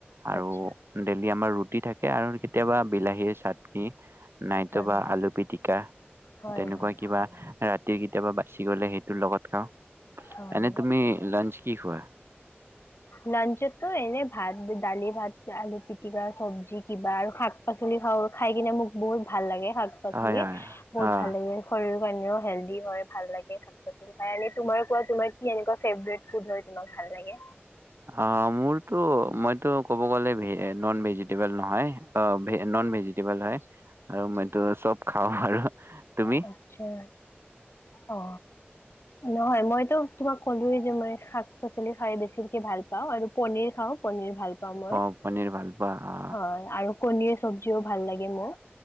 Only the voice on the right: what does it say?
আৰু
ডেইেলি আমাৰ ৰুটি থাকে আৰু কেতিয়াবা বিলাহীৰ চাটনি নাইত
বাা
আলু পিটিকা
তেনেকুৱা
কিবা
ৰাতি কেতিয়াবা বাচি গ'লে সেইটোৰ লগত খাওঁ
এনে তুমি লাঞ্চ কি খোৱা?
হয় হয়
অঁ
অ', মোৰতো মইতো ক'ব গ'লে, ভে, নন ভেজিটেবল নহয়, আ, নন ভেজিটেবল হয়। আৰু মইটো চব খাওঁ আৰু। তুমি
অ পনীৰ ভাল পোৱা অ